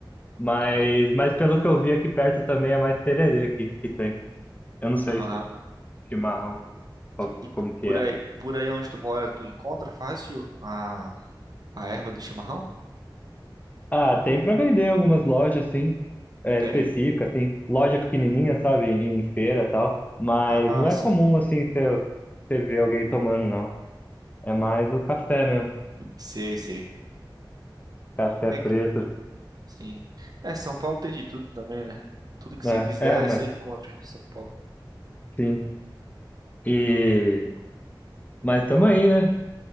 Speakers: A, on the left; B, on the right.
A: Mas,
B: Ah,
A: mas pelo que eu vi aqui perto também é mais tererê que, que tem. Eu não sei
B: Aham.
A: se chimarrão, qual-
B: E p-
A: como que
B: por
A: é.
B: aí, por aí onde tu mora, tu encontra fácil a, a erva do chimarrão?
A: Ah, tem pra vender em algumas lojas, assim, é,
B: Tem?
A: específicas, assim, loja pequenininha, sabe, em feira e tal. Mas
B: Ah,
A: não é
B: sim.
A: comum, assim, você você ver alguém tomando, não. É mais o café mesmo,
B: Sei, sei.
A: café
B: É,
A: preto,
B: sim. É, São Paulo tem de tudo também, né? Tudo que
A: né?
B: você quiser,
A: É, mas
B: você encontra em São Paulo.
A: sim. E... Mas tamo aí, né?